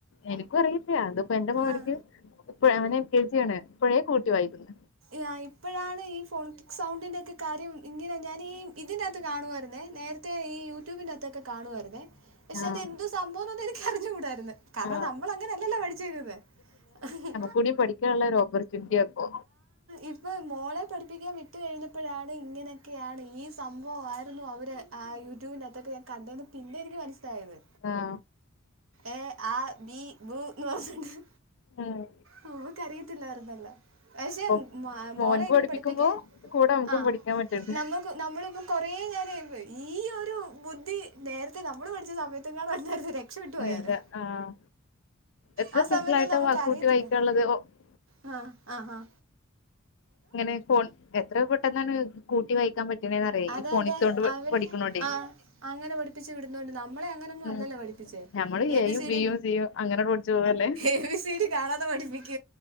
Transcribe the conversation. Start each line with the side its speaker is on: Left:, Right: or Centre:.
Left: എനിക്കും അറിയത്തില്ല, അതിപ്പോ എന്റെ മോനിക്ക്.
Right: ആ
Left: ഇപ്പഴ.. അവനെൽ കെ ജി ആണ് ഇപ്പോഴേ കൂട്ടി വായിക്കും.
Right: ങാ.. ഇപ്പഴാണ് ഈ ഫോണിട്ടിക് സൗണ്ടിൻ്റെൊക്കെ കാര്യം ഇങ്ങനെ ഞാനീ ഇതിന്റെകത്ത് കാണുവാരുന്നേ.. നേരത്തെ ഈ യൂട്യൂബിന്റകത്തൊക്കെ കാണുവാരുന്നേ.. പക്ഷെ
Left: ആഹ്
Right: അതെന്തു സംഭവെന്തുവാന്നെനിക്കറിഞ്ഞുകൂടായിരുന്ന്‌. കാരണം
Left: ആഹ്
Right: നമ്മൾ അങ്ങനെ അല്ലല്ലോ പഠിച്ചേക്കുന്നെ. ങ്.. ഹ്ഹ്.
Left: കൂടി പഠിക്കാനുള്ള ഒരു ഓപ്പർച്യൂണിറ്റിയാപ്പോ.
Right: ഇപ്പോ മോളെ പഠിപ്പിക്കാൻ വിട്ട് കഴിഞ്ഞപ്പഴാണ്.. ഇങ്ങനൊക്കെയാണ്.. ഈ സംഭവമാരുന്നു അവര് ങാ.. യൂട്യൂബിന്റകത്തൊക്കെ ഞാൻ കണ്ടെന്ന് പിന്നെയാ എനിക്ക് മനസ്സിലായത്.
Left: ങാ...
Right: എ ആ ബി ബ് ന്ന് പറഞ്ഞിട്ട്
Left: മ്മ്...
Right: നമ്മ്ക്കറിയത്തില്ലാരുന്നല്ലൊ. പക്ഷെ..
Left: ഇപ്പൊ
Right: മ്.. മ..
Left: മോൻക്ക്
Right: മോളെ എങ്ങനെ
Left: പഠിപ്പിക്കുമ്പോ
Right: പഠിപ്പിക്കാ..
Left: കൂടെ നമുക്കും
Right: ങാ..
Left: പഠിക്കാൻ പറ്റ്ണ്ട്
Right: നമ്മു നമ്മളിപ്പം കൊറേ നേരം ഇരുന്ന്. ഈ ഒരു ബുദ്ധി നേരത്തെ നമ്മൾ പഠിച്ച സമയത്തങ്ങാനും ആരുന്നാരുന്നേ രക് ക്ഷപെട്ടു പോയേനെ.
Left: എന്താ ആഹ് എത്ര
Right: ആ
Left: സിമ്പിൾ
Right: സമയത്തൊന്നും
Left: ആയിട്ടാ
Right: നമുക്ക്
Left: കൂട്ടി
Right: അറിയത്തില്ലാര്
Left: <unintelligible>
Right: ങാ.. ങാ.. ങാ..
Left: ഇങ്ങനെ ഫോൺ എത്ര പെട്ടെന്നാണ് കൂട്ടി വായിക്കാൻ പറ്റണേന്ന്റിയ
Right: അതെ
Left: ഈ ഫോണിക്സോണ്ട്
Right: അതെ അവര്
Left: പഠിക്കണോണ്ടേ.
Right: ആ അങ്ങനെ പഠിപ്പിച്ച് വിടുന്നോണ്ട് നമ്മളെ അങ്ങനെന്നും
Left: ഉം
Right: അല്ലല്ലോ പഠിപ്പിച്ചേ
Left: ഞമ്മള്
Right: എ
Left: എയും
Right: ബി സി
Left: ബിയും
Right: ഡി.
Left: സിയും അങ്ങനെട് പഠിച്ചു പോവല്ലേ
Right: എബി സി ഡി കാണാതെ പഠപ്പിക്ക